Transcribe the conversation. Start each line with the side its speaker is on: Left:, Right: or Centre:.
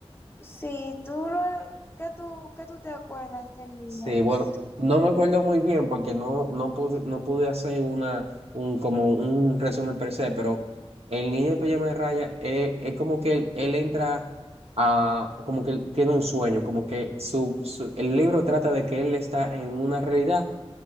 Left: Sí, tú lo, ¿qué tú, qué tú te acuerdas del libro?
Right: Sí,
Left: A
Right: bueno,
Left: ver si tú-
Right: no me acuerdo muy bien porque no, no pude, no pude hacer una, un, como un resumen per se, pero el niño en pijama de raya eh, es, como que él, él entra a, como que él tiene un sueño, como que su, su- el libro trata de que él está en una realidad